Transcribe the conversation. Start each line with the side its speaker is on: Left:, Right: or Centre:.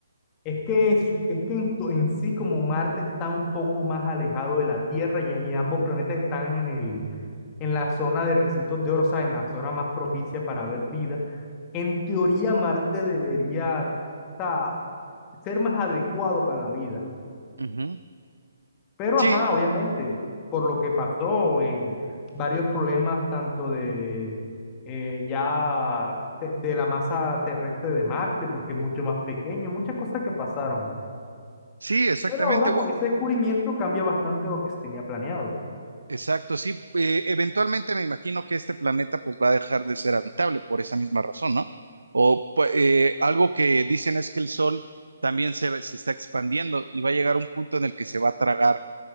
Left: Es que, es, es que en, to- en sí como Marte está un poco más alejado de la Tierra y, y ambos planetas están en el, en la zona de ricitos de oro, o sea, en la zona más propicia para ver vida. En teoría Marte debería o sea, ser más adecuado para la vida.
Right: Ujú.
Left: Pero,
Right: Sí,
Left: ajá, obviamente, por lo que pasó en varios problemas, tanto de eh, ya te- de la masa terrestre de Marte, porque es mucho más pequeño, muchas cosas que pasaron.
Right: sí, exactamente.
Left: Pero ahora con ese descubrimiento cambia bastante lo que se tenía planeado.
Right: Exacto, sí. eh, eventualmente me imagino que este planeta pues va a dejar de ser habitable por esa misma razón, ¿no? O pu- eh, algo que dicen es que el Sol también se, se está expandiendo y va a llegar un punto en el que se va a tragar